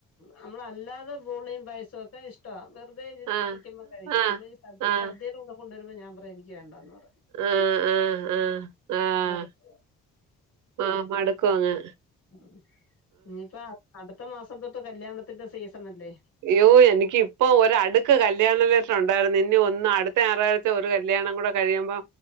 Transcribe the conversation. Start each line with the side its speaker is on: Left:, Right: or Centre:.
Left: നമ്മളല്ലാതെ ബോളിയും പായസൊക്കെ ഇഷ് ട്ടവാ വെറുതെ ഇരി
Right: ആഹ്
Left: ഇരിക്കുമ്പോ കഴിക്കാ
Right: ആഹ്
Left: നമ്മൾ ഈ സദ്
Right: ആഹ്
Left: സദ്യേടെ കൂടെ കൊണ്ടുവരുമ്പോ ഞാൻ പറയും എനിക്ക് വേണ്ടാന്ന് പറയും
Right: ആഹ് ആഹ് ആഹ് ആഹ്
Left: മടുപ്പ്
Right: ആഹ് മടുക്കുവങ്ങ്
Left: ഉം ഇനിയിപ്പ അടുത്ത മാസം തൊട്ട് കല്യാണത്തിന്റെ സീസണല്ലേ?
Right: ഇയ്യോ എനിക്ക് ഇപ്പൊ ഒരടുക്ക് കല്യാണ മേറ്ററൊണ്ടായിരുന്നു ഇനി ഒന്ന് അടുത്ത ഞാറാഴ് ഒരു കല്യാണം കൂടെ കഴിയുമ്പോ